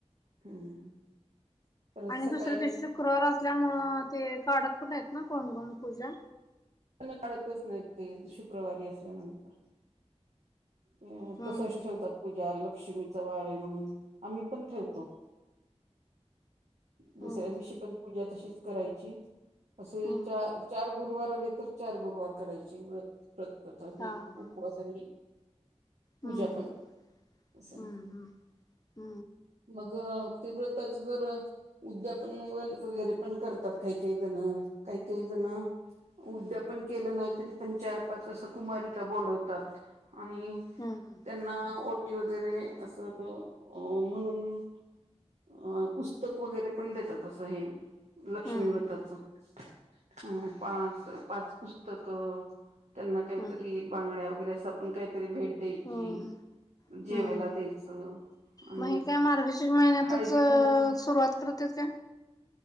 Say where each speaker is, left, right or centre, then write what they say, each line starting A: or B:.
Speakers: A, on the right; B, on the left.
A: हम्म परत
B: आणि
A: सकाळी
B: दुसऱ्या दिवशी
A: मग
B: शुक्रवार असल्यामुंळ ते काढत पण आहेत ना कोण कोण पूजा?
A: काढतच नाही ते शुक्रवारी असल्यानंतर. अ
B: हम्म
A: तसच ठेवतात पूजा ल. लक्ष्मीचा वार आहे म्हणून आम्ही पण ठेवतो. दुसऱ्या
B: हम्म
A: दिवशी पण पूजा तशीच करायची असे
B: हम्म
A: चार, चार गुरुवार आले तर. चार गुरुवार करायची व्रत व्रत करता
B: हा हा
A: उपवास आणि. पूजा
B: हम्म
A: पण असं
B: हम्म
A: आहे
B: हम्म
A: मग. ते व्रत्ताचं जर अं. उद्यापन <unintelligible> वगैरे पण करतात काही काही जणं काही काही जणं उद्याप. पन केलं नाही तरी पण चार पाच असं कुमारिका बोलवतात. आणि
B: हम्म
A: त्यांना ओट. टी वगैरे असं अं म्हणून. अं पुस्तक वगैरे पण देतात असं हे. लक्ष्मी
B: हम्म हम्म
A: व्रताचं अं पाच-पाच पुस्तकं. त्यांना काहीतरी
B: हम्म
A: बांगड्या वगैरे अस आपण काहीतरी भेट द्यायची.
B: हम्म
A: जेवायला
B: हम्म
A: द्यायचं. आणि
B: मग हे काय मार्गशीर्ष महिन्यातच
A: हळदी कुंकू
B: सुरुवात करत्यात का?